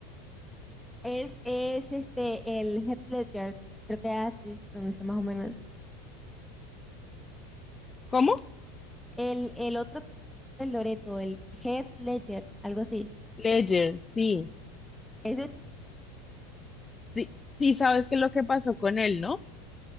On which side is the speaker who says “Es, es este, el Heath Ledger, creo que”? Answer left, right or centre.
Centre